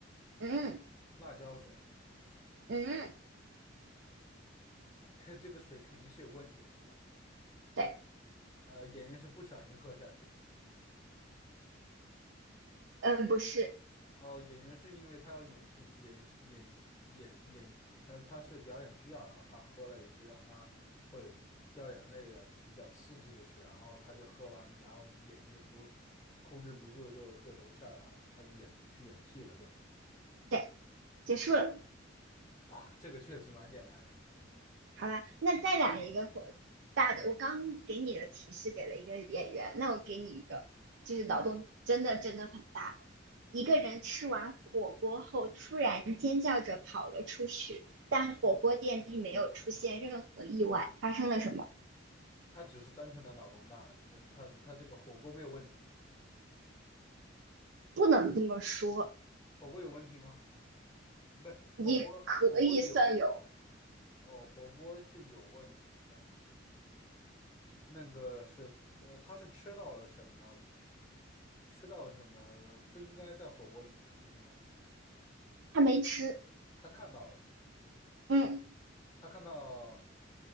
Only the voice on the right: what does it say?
嗯
嗯，嗯
对，
嗯，不是，
对，结束了。
好吧，那再来一个火大的，我刚给你的提示给了一个演员，那我给你一个，就是脑洞真的真的很大的。一个人吃完火锅后，突然尖叫着跑了出去，但火锅店并没有出现任何意外，发生了什么？
不能这么说，
也可以算有，
他没吃，
嗯